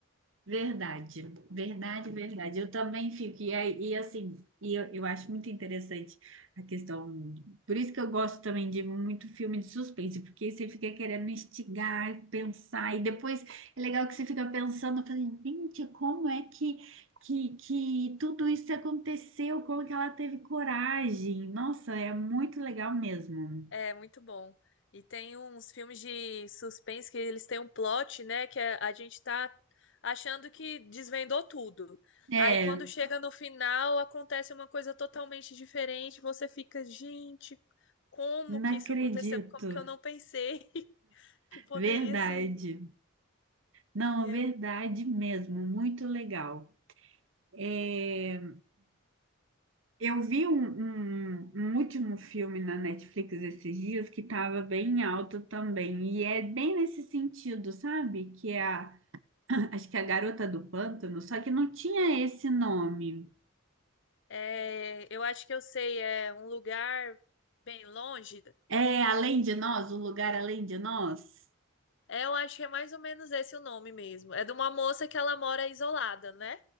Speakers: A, on the right; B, on the left.
A: Verdade, verdade, verdade. Eu também fico, e, aí- e assim, e eu, eu acho muito interessante a questão. Por isso que eu gosto também de muito filme de suspense, porque você fica querendo instigar, pensar, e depois é legal que você fica pensando, falando, gente, como é que, que, que tudo isso aconteceu? Como que ela teve coragem? Nossa, é muito legal mesmo.
B: É muito bom. E tem uns filmes de suspense que eles têm um plot, né? Que a a gente tá achando que desvendou tudo.
A: É,
B: Aí quando chega no final, acontece uma coisa totalmente diferente. Você fica, gente, como
A: não
B: que
A: acredito.
B: isso aconteceu? Como que eu não pensei <laughs> que poderia
A: Verdade.
B: ser?
A: Não,
B: Eu,
A: verdade mesmo, muito legal. É, eu vi um, um- um último filme na Netflix esses dias que estava bem alto também, e é bem nesse sentido, sabe? Que é a, <clears throat> acho que é a Garota do Pântano, só que não tinha esse nome.
B: é, eu acho que eu sei, é um lugar bem longe.
A: É Além de Nós, O Lugar Além de Nós?
B: É, eu acho que é mais ou menos esse o nome mesmo. É de uma moça que ela mora isolada, né?